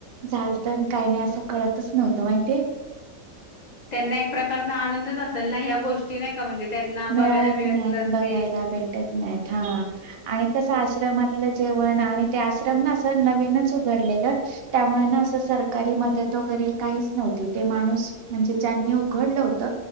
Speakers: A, on the right; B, on the left.
A: झालत आणि काही नाही असं कळतच नव्हतं माहिे
B: त्यांना एक प्रकारचा आनंदच असेल ना. ह्या गोष्टी नाही का म्हणजे. त्यांना
A: मिळत
B: बघायला
A: नाहीत.
B: नसतील
A: बघायला भेटत नाहीत. हा आणि कस आश्रमात. जेवन आणि आश्रम ना नवीनच उघडलेत्यामुळे अस सरकारी मदत. वगैरे काहीच नव्हती. ते माणूस म्हणजे ज्यांनी उघडलं होत.